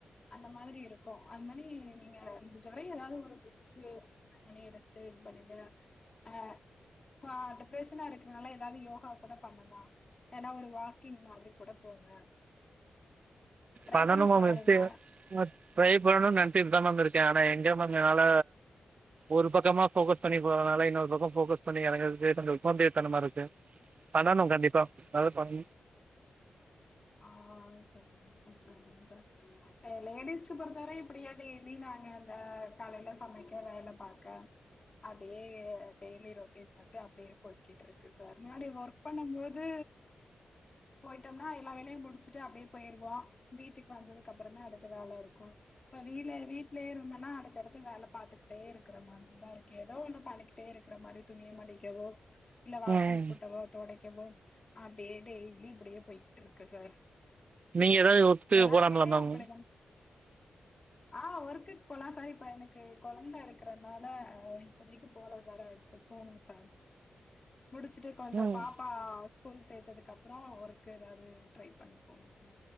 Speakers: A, on the left; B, on the right.
A: அந்த மாதிரி இருக்கும் அது மாரி நீங்க முடிஞ்சவரையும் ஏதாது ஒரு புக் ஸோ அந்த மணி எடுத்து இது பண்ணுங்க அ பா டிப்ரெஷனா இருக்கறனால ஏதாது யோகா கூட பண்ணலாம் ஏன்னா ஒரு வாக்கிங் மாதிரி கூட போங்க ட்ரை
B: பண்ணணும்
A: பண்ணி
B: மேம்
A: பாருங்க
B: எப்படி ட்ரை பண்ணணும்னு நெனச்சிட்டு தான் மேம் இருக்கேன் ஆனா எங்க மேம் என்னால ஒரு பக்கமா ஃபோக்கஸ் பண்ணி போறதுனால இன்னொரு பக்கம் ஃபோக்கஸ் பண்ணி எறங்கர்துக்கு கொஞ்சோ சோம்பேறி தனமாருக்கும் பண்ணணும் கண்டிப்பா அத பன்
A: ஆ செரி செரிங் செரி செரிங்க சார் ஆ லேடிஸ்க்கு பொறுத்தவரை இப்டியே நீ இனி நாங்க இந்த காலில சமைக்க வேல பாக்க அப்டியே டெய்லி ரொட்டீன் மட்டு அப்டியே போய்க்கிட்டுருக்கு சார் முன்னாடி ஒர் க் பண்ணும் போது போயிட்டோம்னா எல்லா வேலை யு முடிச்சுட்டு அப்டியே போய்ருவோ வீட்டுக்கு வந்ததுக்கு அப்புற தா அடுத்த வேல இருக்கு இப்ப வீல வீட்லயே இருந்தன்னா அடுத்தடுத்து வேல பாத்துக்கிட்டே இருக்கிற மாதிரிதா இருக்கு ஏதோ ஒண்ணு பண்ணிக் கிட்டே இருக்கிற மாரி துணிய மடிக்கவோ இல்ல வாசல்
B: ம்
A: கூட்டவோ தொடைக்கவோ அப்டியே டெய்லி இப்டியே போய்கிட்டுருக்கு சார்
B: நீங்கள் ஏதாவது ஒர்க்கு
A: எல்லார்
B: போகலாம்ல
A: வீட்லயு
B: மேம்
A: அப்டிதா ஆ ஒர்க்குக்கு போலா சார் இப்ப எனக்கு கொழந்தை இருக்கறனால இப்போதைக்கு போல சார் அடுத்து போணு சார் முடிச்சுட்டு கொஞ்சொ
B: ம்
A: பாப்பா ஸ்கூல் சேத்ததுக்கு அப்புறோ ஒர்க்கு ஏதாது ட்ரை பண்ணி போணு சா